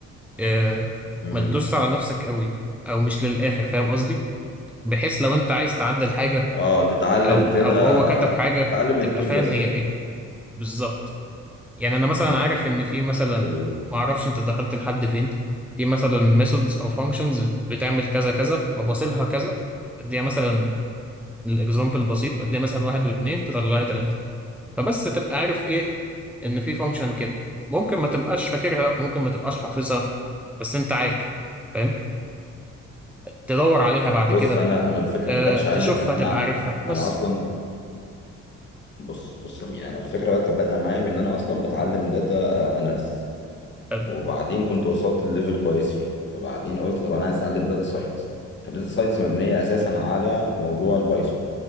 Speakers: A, in the centre; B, on the left.
A: آه،
B: امم
A: ما تدوس على نفسك قوي او مش للاخر فاهم قصدي بحيث لو انت عايز تعدل حاجه
B: اه تتعلم
A: او
B: كده
A: او هو كتب حاجه
B: تتعلم
A: تبقى
B: التول
A: فاهم
B: بس
A: هي ايه بالظبط يعني انا مثلا
B: امم
A: عارف ان في مثلا
B: حلو ده
A: ما اعرفش انت دخلت لحد فين في مثلا ميثودز او فانكشنز بتعمل كذا كذا وبوصلها كذا بديها مثلا الاكزامبل بسيط بديها مثلا واحد واتنين تطلع لي تلاته فبس تبقى عارف ايه ان في فانكشن كده ممكن ما تبقاش فاكرها ممكن ما تبقاش حافظها بس انت عارف فاهم؟ تدور عليها بعد
B: بص
A: كده
B: انا انا الفكره
A: أه
B: ما كانتش
A: تشوفها
B: عندي في ان انا
A: تبقى عارفها بس
B: انا اصلا بص بص يا مين انا الفكره بقى كانت بادئه معايا بان انا اصلا بتعلم داتا اناليسيس
A: حلو.
B: وبعدين كنت وصلت لليفل كويس فيه فبعدين قلت طب انا عايز اتعلم داتا ساينس فالداتا ساينس مبنيه اساسا على موضوع البايثون